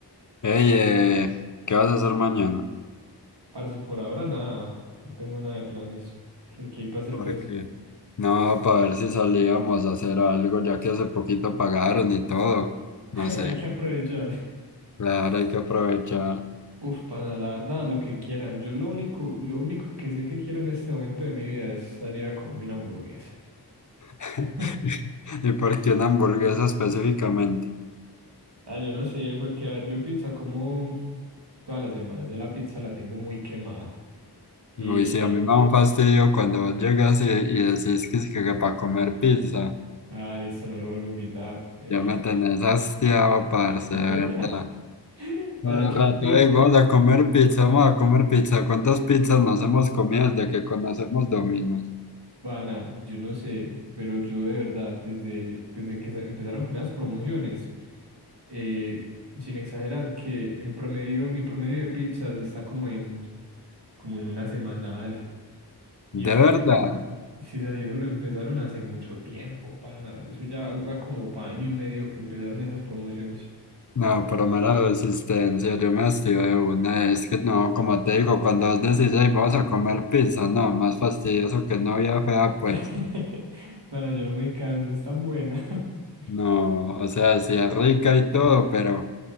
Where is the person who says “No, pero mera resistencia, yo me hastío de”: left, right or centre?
Left